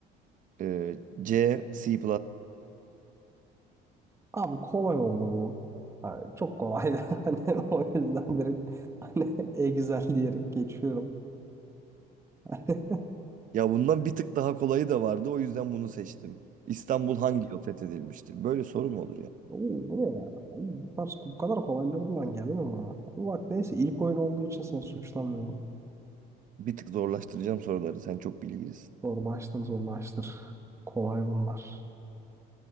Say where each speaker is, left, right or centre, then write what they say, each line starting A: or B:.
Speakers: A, on the right; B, on the right.
A: e, C. C++.
B: Abi kolay oldu bu. Ha, çok kolaydı. <laughs> Hani o yüzden direkt hani e güzel diyerek geçiyorum. <laughs>
A: Ya bundan bir tık daha kolayı da vardı o yüzden bunu seçtim. İstanbul hangi yıl fethedilmiştir? Böyle soru mu olur ya?
B: Oo, bu ne ya? Ay, bu tarz- bu kadar kolaylarından geldi mi bana? Ama Bak neyse ilk oyun olduğu için seni suçlamıyorum.
A: Bir tık zorlaştıracağım soruları. Sen çok bilgilisin.
B: Zorlaştır zorlaştır. Kolay bunlar.